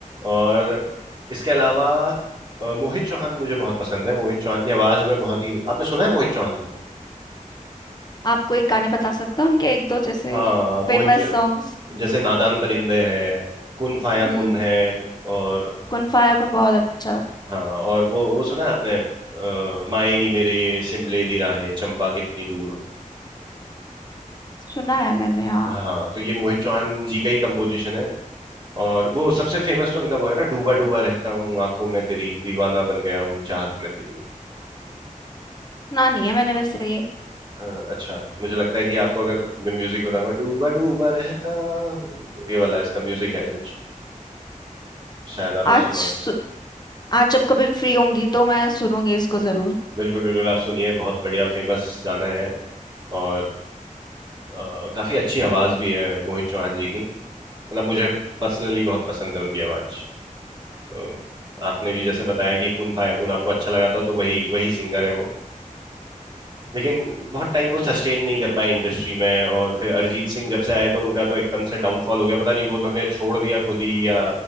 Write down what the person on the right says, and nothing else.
और इसके अलावा अ, मोहित चौहान मुझे बहुत पसंद है मोहित चौहान की आवाज में बहुत ही आपने सुना है मोहित चौहान को
हाँ मोहित
चौ-
जैसे नादान परिंदे है कुन फाया
कुन है और
अ,
हाँ और वो वो सुना है आपने अ, माए नी मेरे ये सिमले दी राहें चंबा कितनी दूर
हाँ तो ये मोहित चौहान जी का ही कंपोजिशन है और वो सबसे फेमस तो उनका वो है ना डूबा डूबा रहता हूँ आंखों में तेरी दीवाना बन गया हूँ चाहत में तेरी
हाँ अच्छा मुझे लगता है कि आपको अगर मैं म्यूजिक बताऊंगा डूबा डूबा रहता हूँ ये वाला इसका म्यूजिक है कुछ शायद आपने
सुना
बिल्कुल बिल्कुल आप सुनिए बहुत बढ़िया फेमस गाना है और अ, काफी अच्छी आवाज भी है मोहित चौहान जी की मतलब मुझे पर्सनली बहुत पसंद है उनकी आवाज तो आपने भी जैसे बताया कि कुन फायाकुन आपको अच्छा लगा था तो वही वही सिंगर है वो लेकिन बहुत टाइम वो सस्टेन नहीं कर पाए इंडस्ट्री में और फिर अरिजीत सिंह जब से आए तो उनका तो एकदम से डाउनफॉल हो गया पता नहीं वो उन्होंने छोड़ दिया खुद ही या